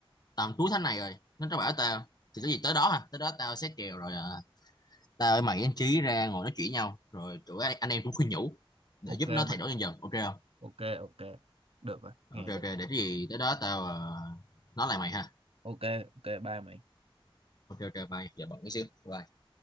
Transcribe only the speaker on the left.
tầm cuối tháng này rồi nó nó bảo tao thì cái gì tới đó à tới đó tao sẽ kèo rồi à. tao với mày với anh Trí ra ngồi nói chuyện nhau rồi tụi anh, anh em cũng khuyên nhủ để
giúp nó thay
đổi dần dần ok không
ok ok
để cái gì tới đó tao à, nói lại mày ha
ok ok bye giờ bận cái xíu Bye.